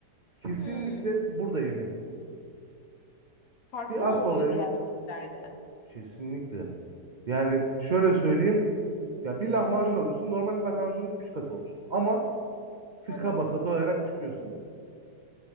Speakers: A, on the right; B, on the left.
A: Kesinlikle
B: Hı.
A: burada yemelisiniz.
B: Farklı
A: Bir
B: mı
A: Asbaba'ya
B: oluyor diğer
A: git.
B: yerlerde?
A: Kesinlikle. Yani şöyle söyleyeyim. Ya bir lahmacun alıyorsun. Normal lahmacunun 3 katı oluyor. Ama tıka
B: Allah Allah.
A: basa doyarak çıkıyorsun orada.